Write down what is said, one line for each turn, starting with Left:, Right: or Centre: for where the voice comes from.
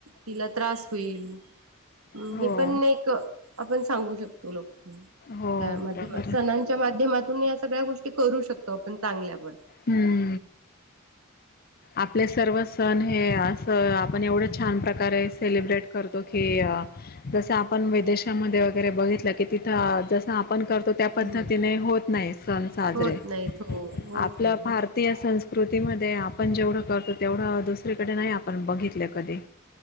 Right: तिला त्रास होईल
Left: हो
Right: हे पण एक आपण सांगू शक <unintelligible>
Left: हो बरोबर आहे
Right: माध्यमातून या सगळ्या गोष्टी करू शकतो आपण चांगल्या पण
Left: हम्म आपले सर्व सण हे असं आपण एवढं छान प्रकारे सेलिब्रेट करतो की अंं जस आपण विदेशामध्ये वगैरे बघितलं की तिथं जस आपण करतो त्या पद्धतीने
Right: हम्म
Left: होत नाही सण साजरे
Right: होत नाहीत हो होत
Left: आपल्या
Right: नाही.
Left: भार ते संस्कृतीमध्ये आपण जेवढं करतो तेवढं दुसरीकडे नाही आपण बघितलं कधी